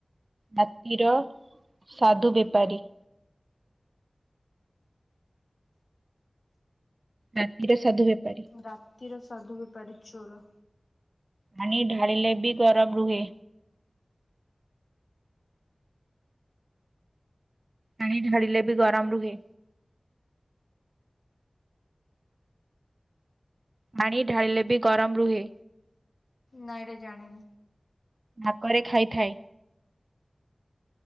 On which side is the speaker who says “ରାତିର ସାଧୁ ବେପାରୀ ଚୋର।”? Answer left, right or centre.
Left